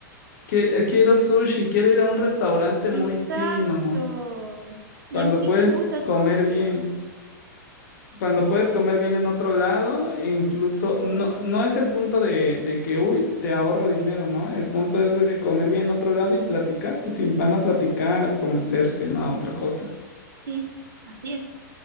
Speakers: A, on the left (about 60°); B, on the right (about 80°).
A: "Que- Quiero sushi, quiero ir a un restaurante
B: Exacto.
A: muy fino,
B: Y
A: cuando
B: a mí sí
A: puedes
B: me gusta sushi.
A: comer bien. Cuando puedes comer bien en otro lado, incluso
B: Exacto.
A: no, no es el punto de, de que, uy, te ahorro dinero, ¿no? El punto es de comer bien en otro lado y platicar, pues si van a platicar, a conocerse, no a otra cosa.
B: Sí, así es.